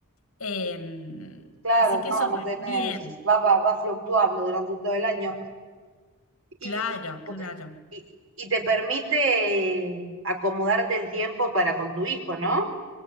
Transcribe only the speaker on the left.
Em,
así que
eso
también,
claro, claro.